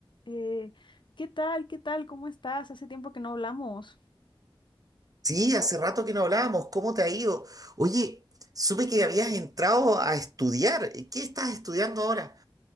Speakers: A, on the left; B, on the right.
A: Eh, ¿qué tal? ¿Qué tal? ¿Cómo estás? Hace tiempo que no hablamos.
B: Sí, hace rato que no hablábamos. ¿Cómo te ha ido? Oye, supe que habías entrado a estudiar. ¿Qué estás estudiando ahora?